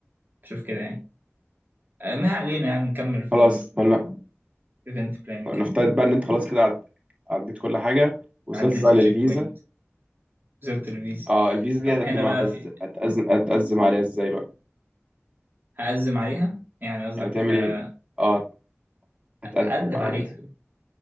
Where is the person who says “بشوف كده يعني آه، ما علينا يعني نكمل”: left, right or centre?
Right